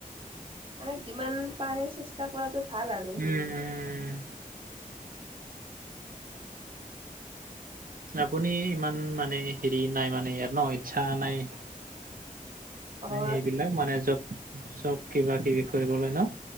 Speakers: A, on the right (about 35°); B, on the right (about 70°).
A: মানে যিমান পাৰে চেষ্টা কৰাটো ভাল আৰু <unintelligible>
B: উম আপুনি ইমান মানে হেৰি নাই মানে ইয়াত ন ইচ্ছা নাই। মানে
A: অ',
B: সেইবিলাক মানে জব-চব কিবা-কিবি কৰিবলৈ ন?